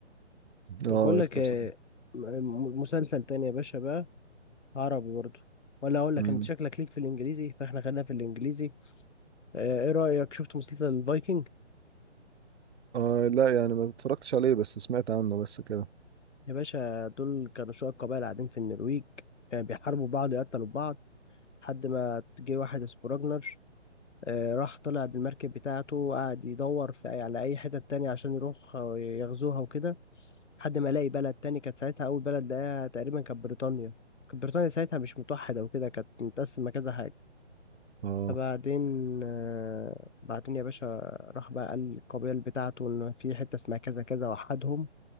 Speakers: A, on the left (about 85°); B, on the right (about 70°).
A: طب
B: اه
A: بقول
B: يا
A: لك
B: اسطى
A: إيه،
B: بصراحة
A: م- م- مسلسل تاني يا باشا بقى عربي برضو ولا اقول لك
B: امم
A: انت شكلك ليك في الانجليزي فاحنا خلينا في الانجليزي آه، ايه رأيك شفت مسلسل الفايكنج
B: اه لا يعني ما اتفرجتش عليه بس سمعت عنه بس كده
A: يا باشا دول كانوا شوية قبائل قاعدين في النرويج آه، بيحاربوا بعض يقتلوا بعض لحد ما جه واحد اسمه راجنر آه، راح طلع بالمركب بتاعته وقعد يدور في أي- على اي حتة تانية عشان يروح آه، يغزوها وكده لحد ما لاقي بلد تاني كانت ساعتها اول بلد لقاها تقريبا كانت بريطانيا كانت بريطانيا ساعتها مش متوحدة وكده كانت متقسمة كذا
B: اه
A: فبعدين آه، بعدين يا باشا راح بقى قال للقبيل بتاعته إن في حتة اسمها كذا كذا وحدهم